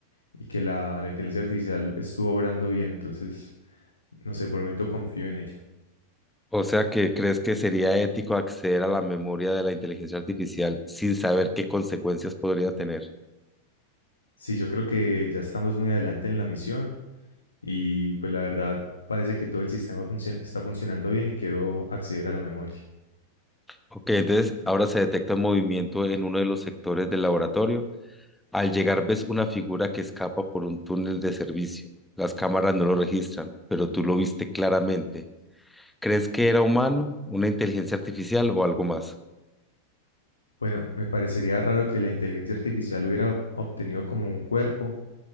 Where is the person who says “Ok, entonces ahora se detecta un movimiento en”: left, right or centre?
Centre